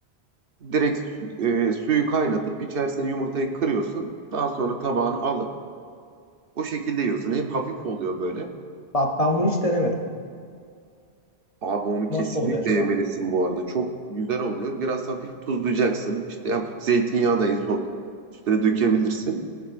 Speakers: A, on the right; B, on the left.
A: Direkt su- e, suyu kaynatıp içerisine yumurtayı kırıyorsun. Daha sonra tabağını alıp o şekilde yiyorsun. Hem hafif oluyor böyle.
B: Bak ben bunu hiç denemedim.
A: Abi onu kesinlikle
B: Nasıl oluyor acaba?
A: yemelisin bu arada. Çok güzel oluyor. Biraz hafif tuzlayacaksın. İşte hafif zeytinyağı da en son üstüne dökebilirsin.